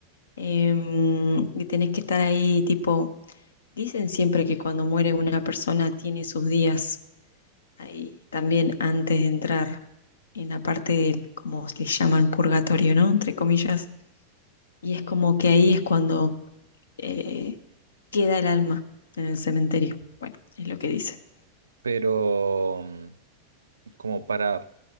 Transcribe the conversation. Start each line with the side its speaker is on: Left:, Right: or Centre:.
Left: em, y tenés que estar ahí, tipo, dicen siempre que cuando muere una persona tiene sus días ahí también antes de entrar en la parte del, como le llaman, purgatorio, ¿no? Entre comillas. Y es como que ahí es cuando eh, queda el alma en el cementerio. Bueno, es lo que dice.
Right: Pero mm, como para,